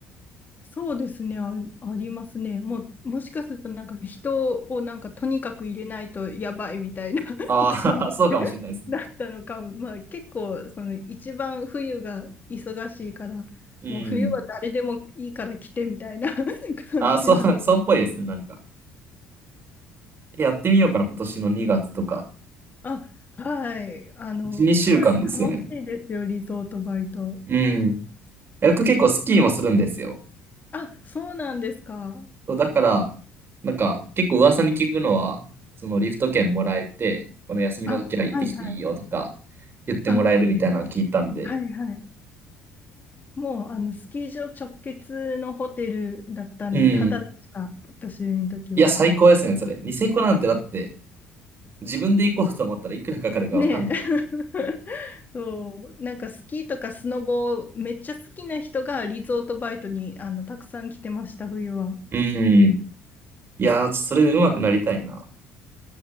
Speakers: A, on the left (about 30°); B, on the right (about 40°).
A: そうですね、あ、ありますね。もう、もしかするとなんか人をなんかとにかく入れないとやばいみたいな <laughs>
B: ああ、
A: 感じ
B: <laughs> そうかもしれないですね。
A: だったのかも。まあ結構その一番冬が忙しいから、
B: うん。
A: もう冬は誰でもいいから来てみたいな <laughs> 感じな。
B: ああ、そう、<laughs> そうっぽいですね、なんか。やってみようかな、今年の2月とか。
A: あ、はい。あの、
B: 1、2週間ですよね。
A: すごい楽しいですよ、リゾートバイト。
B: うん。僕結構スキーもするんですよ。
A: あ、そうなんですか。
B: そう、だから、なんか、結構噂に聞くのは、そのリフト券もらえて、この休みの時は行ってきていいよとか、
A: あ、はいはい。
B: 言ってもらえるみたいなの聞いたんで、
A: あ、はいはい。もうあのスキー場直結のホテルだったんで、
B: うん。
A: ただでした、私の時は。
B: いや、最高ですね、それ。ニセコなんてだって、自分で行こうと思ったらいくらかかるかわかんない。
A: ねえ。<laughs> そう、なんかスキーとかスノボめっちゃ好きな人がリゾートバイトにあのたくさん来てました、冬は。
B: うん、いやー、それで上手くなりたいな。